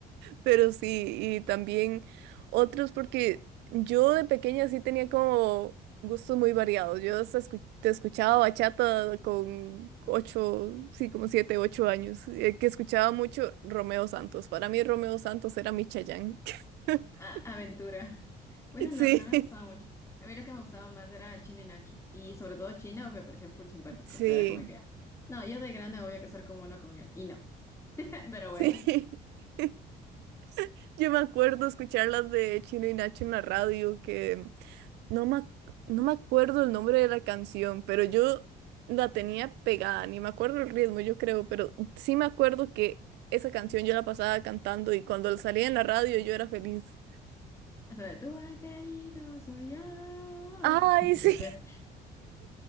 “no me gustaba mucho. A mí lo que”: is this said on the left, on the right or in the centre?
Left